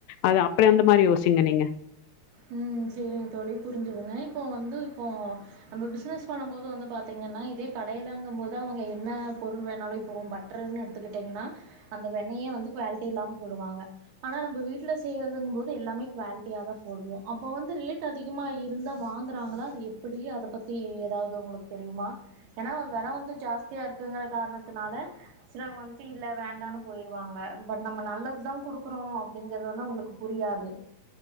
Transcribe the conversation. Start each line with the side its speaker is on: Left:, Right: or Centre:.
Left: அது அப்பற அந்த மாரி யோசிங்க நீங்க
Right: ம் செரிங்க தோழி புரிஞ்சுதுங்க இப்போ வந்து இப்போ நம்ம பிசினஸ் பண்ணும் போது வந்து பாத்தீங்கன்னா இதே கடையிலங்கும் போது அவுங்க என்ன பொருள் வேணாலு இப்போ பட் ருன்னு எடுத்துக்கிட்டீங்கன்னா அந்த வெண்ணயே வந்து குவாலிட்டி இல்லாம போடுவாங்க ஆனா நம்ம வீட்ல செய்யறதுங் போது எல்லாமே குவாலிட்டிய தா போடுவோ அப்ப வந்து ரேட் அதிகமா இருந்தா வாங்குறாங்களா அது எப்டி அத பத் தி எதாவ்து உங்களுக்கு தெரியுமா ஏனா வெல வந்து ஜாஸ்தியா இருக்குங்கிற காரணத்தினால சிலவங்க வந்துட்டு இல்ல வேண்டானு போயிருவாங்க பட் நம்ம நல்லத்தா குடுக்குறோ அப்டிங்கிறது வந்து அவுங்களுக்கு புரியாது